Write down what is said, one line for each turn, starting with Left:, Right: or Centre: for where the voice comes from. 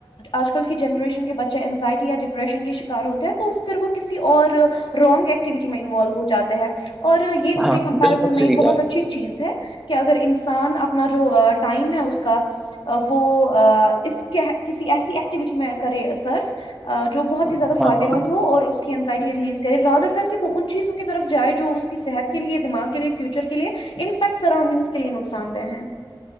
Left: آج کل کی جنریشن کے بچے اینزائٹی یا ڈپریشن کے شکار ہوتے ہیں تو پھر وہ کسی اور رانگ ایکٹیویٹی میں انوالو ہو جاتے ہیں اور اور یہ اس
Centre: ہاں
Left: کے کمپریزن
Centre: ہاں بالکل
Left: میں
Centre: صحیح
Left: ایک بہت
Centre: کہا آپ
Left: اچھی چیز ہے کہ اگر انسان اپنا جو ٹائم ہے اس کا وہ اس کسی ایسی ایکٹیوٹی میں کرے سرو جو بہت ہی زیادہ
Centre: نے
Left: فائدے
Centre: ہاں ہاں
Left: مند ہو اور انینزائٹی ریلیز کرے رادر دن کہ وہ ان چیزوں کی طرف جائے جو اس کی صحت کے لیے دماغ کے لیے فیوچر کے لی ان سرؤنڈنگس کےے نقصان دہ ہیں